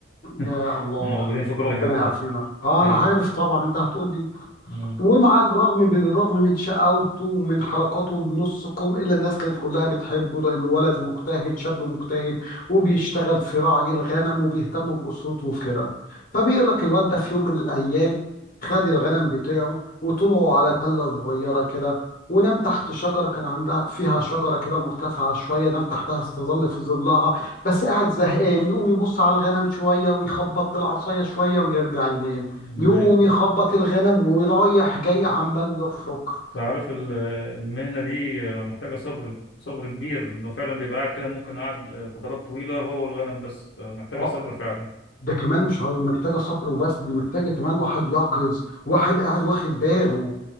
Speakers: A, on the left; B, on the left.
A: <laughs>
B: يا الله
A: موجودين في كل
B: ربنا
A: حتة
B: يعافينا اه
A: يلا
B: انا عارف طبعا انت هتقول لي
A: مم.
B: ومع الرغم من الرغم من شقاوته ومن حركاته النص كم إلا الناس كانت كلها بتحبه لأنه ولد مجتهد شاب مجتهد وبيشتغل في راعي الغنم وبيهتم بأسرته وكده فبيقول لك الواد ده في يوم من الأيام خد الغنم بتاعه وطلعوا على تلة صغيرة كده ونام تحت شجرة كان عندها فيها شجرة كده مرتفعة شوية نام تحتها استظل في ظلها بس قاعد زهقان يقوم يبص على الغنم شوية ويخبط بالعصاية شوية ويرجع ينام
A: مم.
B: يقوم يخبط الغنم ورايح جاي عمال يفرك
A: تعرف ال- المهنة دي محتاجة صبر صبر كبير لأنه فعلا بيبقى قاعد كده ممكن قاعد فترات طويلة هو والغنم بس محتاجة
B: اه
A: صبر فعلا
B: ده كمان مش عاوز- محتاجه صبر وبس دي محتاجه كمان واحد يقظ واحد قاعد واخد باله